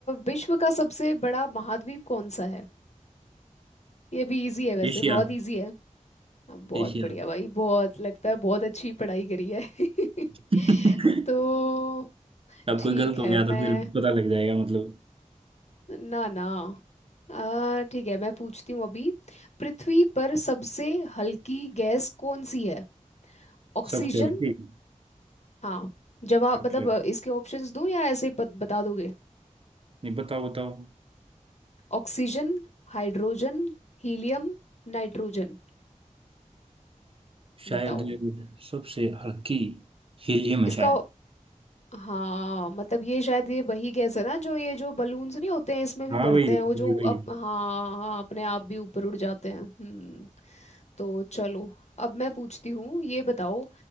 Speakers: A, on the left (about 60°); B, on the right (about 45°).
A: विश्व का सबसे बड़ा महाद्वीप कौन सा है ये भी इजी है वैसे
B: एशिया
A: बहुत इजी है अ, बहुत
B: एशिया
A: बढ़िया भाई बहुत लगता है बहुत अच्छी पढ़ाई करी है
B: <laughs>
A: <laughs> तो
B: अब
A: ठीक
B: कोई गलत हो
A: है
B: गया तो
A: मैं
B: फिर पता लग जाएगा मतलब
A: ना ना अ, ठीक है मैं पूछती हूँ अभी पृथ्वी पर सबसे हल्की गैस कौन सी है ऑक्सीजन
B: सब चल ठीक
A: हाँ जवाब
B: अच्छा
A: मतलब अ, इसके ऑप्शंस दूं या ऐसे ही बत, बता दोगे
B: नहीं बताओ बताओ
A: Oxygen hydrogen helium nitrogen
B: शायद
A: बताओ
B: सबसे हल्की हीलियम
A: इसका
B: है
A: ओ- हाँ मतलब ये शायद ये वही गैस है ना जो ये जो बलून्स नहीं होते हैं इसमें भी
B: हाँ
A: भरते
B: वही
A: हैं वो
B: वही
A: जो
B: वही
A: अप, हाँ हाँ अपने आप भी ऊपर उड़ जाते हैं हम्म तो चलो अब मैं पूछती हूँ ये बताओ